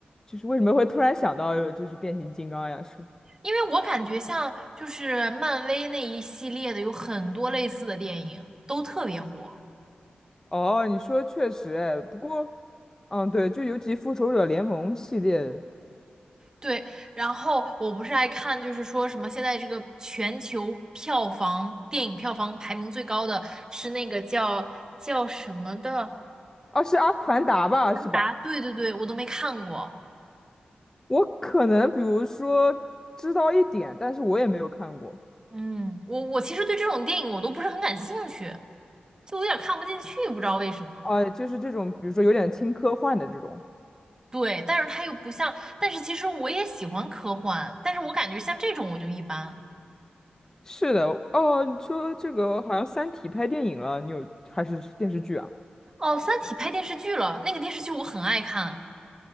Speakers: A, on the left; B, on the right.
A: 就是为什么会突然想到就是变形金刚呀？是
B: 因为我感觉像就是漫威那一系列的有很多类似的电影都特别火，
A: 哦，你说确实，哎，不过，嗯，对，就尤其复仇者联盟系列，
B: 对。然后我不是爱看，就是说什么现在这个全球票房电影票房排名最高的是那个叫叫什么的
A: 啊，是阿凡达吧，是吧？
B: 达，对对对，我都没看过。
A: 我可能比如说知道一点，但是我也没有看过。
B: 嗯，我我其实对这种电影我都不是很感兴趣。就有点看不进去，不知道为什么。
A: 啊，就是这种，比如说有点轻科幻的这种。
B: 对，但是它又不像，但是其实我也喜欢科幻，但是我感觉像这种我就一般。
A: 是的，哦，你说这个好像《三体》拍电影了，你有还是电视剧啊？
B: 哦，《三体》拍电视剧了，那个电视剧我很爱看，